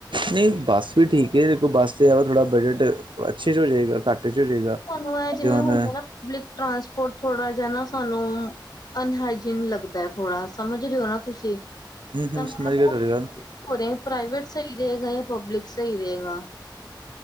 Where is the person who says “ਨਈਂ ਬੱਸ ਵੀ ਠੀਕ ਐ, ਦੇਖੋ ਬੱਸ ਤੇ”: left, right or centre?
Right